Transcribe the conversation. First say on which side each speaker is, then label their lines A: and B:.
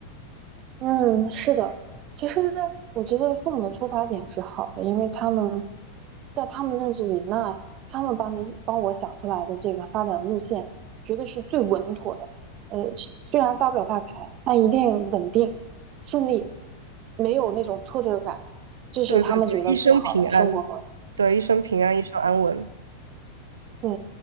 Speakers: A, on the right; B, on the right.
A: 嗯，是的。其实我觉得父母的出发点是好的，因为他们在他们认知里，那他们帮你帮我想出来的这个发展路线，绝对是最稳妥的。呃，是虽然发不了大财，但一定稳定、顺利，没有那种挫折感，这是他们觉得最好的生活方式。
B: 对对对，一生平安，对，一生平安，一生安稳。
A: 对，